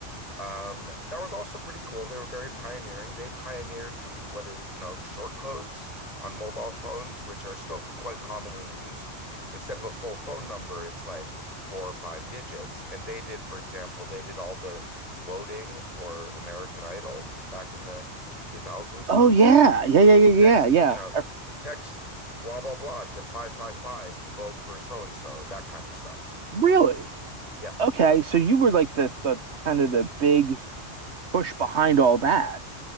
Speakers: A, on the left; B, on the right.
A: um, that was also pretty cool. They were very pioneering. They pioneered the what is, you know, short codes on mobile phones, which are still quite commonly used. Instead of a full phone number, it's like four or five digits. And they did, for example, they did all the voting for American Idol back in the 2000s.
B: Oh
A: So
B: yeah. Yeah, yeah, yeah, yeah,
A: text,
B: yeah.
A: you know,
B: Uh,
A: text blah blah blah to 555 to vote for so and so, that kind of stuff.
B: Really?
A: Yeah.
B: Okay, so you were like the the kind of the big push behind all that.